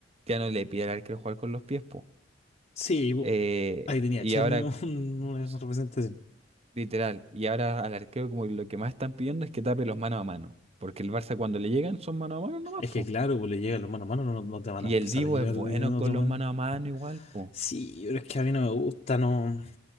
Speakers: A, on the right; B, on the left.
A: ya no le pide al arquero jugar con los pies, po.
B: Sí, bu-
A: Eh,
B: ahí tenía
A: y
B: Chesney
A: ahora,
B: un- <laughs>
A: s-
B: una representación.
A: literal, y ahora al arquero como lo que más están pidiendo es que tape los mano a mano, porque el Barça cuando le llegan son mano a mano nomás,
B: Es
A: po.
B: que claro, pues le llegan los mano a mano, no, no te van
A: Y
B: a empezar
A: el Dibu
B: a llegar
A: es bueno
B: de otra
A: con
B: manera.
A: los mano a mano igual, po.
B: Sí, pero es que a mí no me gusta, no,